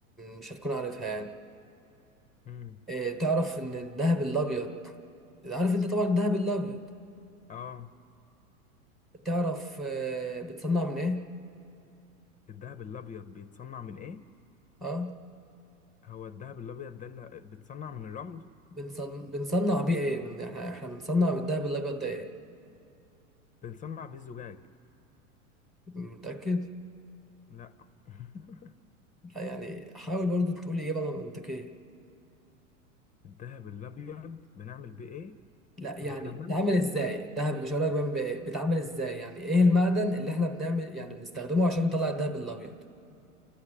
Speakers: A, in the centre; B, on the left.
A: مش هتكون عارفها يعني
B: مم.
A: إيه تعرف ان الذهب الابيض عارف انت طبعا الذهب الابيض
B: اه
A: تعرف آه، بتصنع من ايه
B: الذهب الأبيض بيتصنع من إيه؟
A: اه
B: هو الذهب الأبيض ده اللي بيتصنع من الرمل
A: بنصن... بنصنع بيه ايه بن... احنا احنا بنصنع بالذهب الابيض ده ايه
B: بنصنع بيه الزجاج
A: متاكد
B: لا <laughs>
A: لا، يعني حاول برضو تقول اجابه منطقيه
B: الذهب الأبيض بنعمل بيه إيه؟
A: لا يعني
B: ما احنا بنعمل
A: بيتعمل ازاي الذهب مش هقول لك بيعمل بإيه، بيتعمل ازاي يعني ايه المعدن اللي احنا بنعمل يعني بنستخدمه عشان نطلع الذهب الابيض